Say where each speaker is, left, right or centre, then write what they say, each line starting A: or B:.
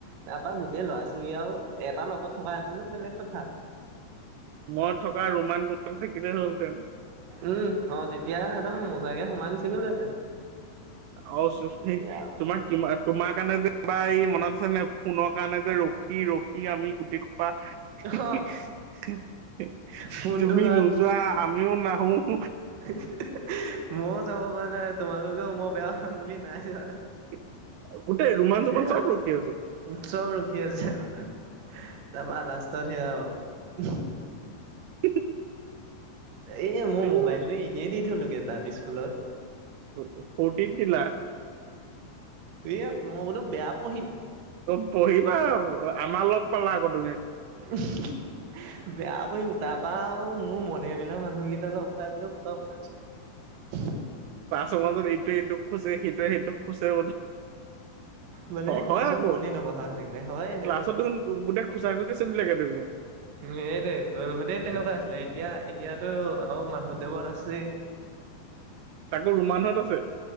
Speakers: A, on the right; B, on the right.
A: তাৰপা গোটেই ল'ৰা-ছোৱালী আৰু এটাৰ লগত থকা হেতেনো বে বেলেগ কথা।
B: মই থকা ৰোমান <unintelligible> থাকিলে হ'লহেঁতেন।
A: উম, অ', তেতিয়া একদম মজাকে সোমাই গুচি গ'লোহেঁতেন।
B: অ', চুচথি,
A: এতিয়া
B: তোমাৰ কিমা, তোমাৰ কাৰণে যে তাৰপা এই মনত আছে নে? ফোনৰ কাৰণে যে ৰখি ৰখি আমি গোটেই পা, হি‌,
A: অ',
B: হি‌, হি, হি,
A: ফোনটোৰ
B: তুমি নোযোৱা, আমিও নাহোঁ।
A: হি, হি‌, হি, মইও যাব পৰা নাই। তোমালোকেও মই বেয়া পাম বুলি নাই যোৱা।
B: <unintelligible> ৰোমান চোমান
A: এয়া
B: চব ৰখি আছো
A: মোক চব ৰখি আছে। অহ, অহ। তাৰপা লাষ্টত সেয়া আৰু। উঃ।
B: <unintelligible>
A: এয়া,
B: ফূৰ্তিত
A: মই ম'বাইলটো এনে দি থলোগে, তাত স্কুলত।
B: অ', অ', ফৰ্টিত দিলা।
A: এয়া, মই বোলোঁ বেয়া পঢ়িম।
B: অ', পঢ়িবা আৰু, আমাৰ লগ পালা আকৌ তুমি।
A: উম, হুম, বেয়া পঢ়িম। তাৰ পৰা আৰু মোৰ মন ফেমিলা মানুহকেইটা লগ পাই গ'লোঁ, খটম তাৰপিছত।
B: তোমালোক এইটোৱে এইটোক খুঁচে, সেইটোৱে সেইটোক খুঁচে ব
A: মানে
B: অ',
A: ক্লাছত
B: হয় আকৌ।
A: মনে নবহা হৈ থাকিলে হয়
B: ক্লাছত
A: সেইটোৱে।
B: দেখোন গোটেই খুঁচা-খুঁচি চলি থাকে। <unintelligible>
A: উম, এই দে। টুৱেলভতে তেনেকুৱা আছিলে, এতিয়া এতিয়াতো আৰু মাধৱদেৱত আছেই।
B: <inaudible> আৰু ৰোমান হত আছে।